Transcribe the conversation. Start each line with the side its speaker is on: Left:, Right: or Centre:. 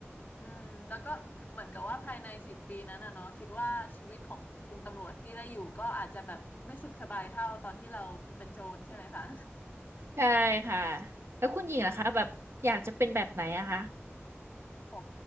Left: อืมแล้วก็เหมือนกับว่าภายในสิบปีนั้นนะเนาะคิดว่าชีวิตของคุณตำรวจที่ได้อยู่ก็อาจจะแบบไม่สุขสบายเท่าตอนที่เราเป็นโจรใช่ไหมคะ
Right: ใช่ค่ะแล้วคุณหญิงล่ะคะแบบอยากจะเป็นแบบไหนอะคะ
Left: โห